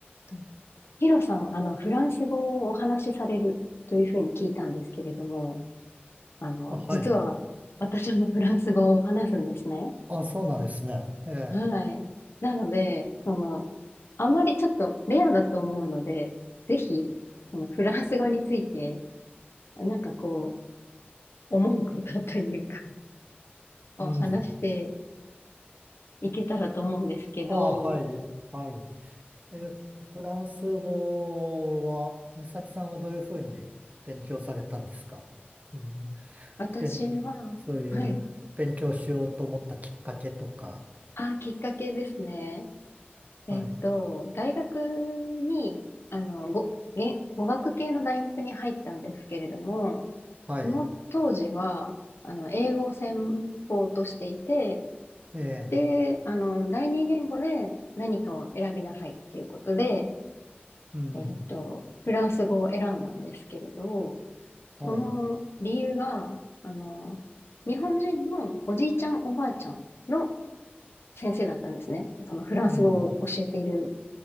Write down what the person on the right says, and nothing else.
あはい。
あ、そうなんですね。ええ。
うん。
あ、はい。はい。え、
フフランス語は、美咲さんはどういうふうに勉強されたんですかそういう、
勉、そういう勉強しようと思ったきっかけとか。
はい。
はい。
ええ。
うん。
はい。
うん。